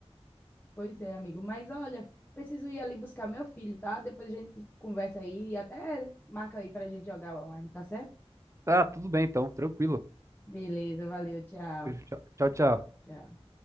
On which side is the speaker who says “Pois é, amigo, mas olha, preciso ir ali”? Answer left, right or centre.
Left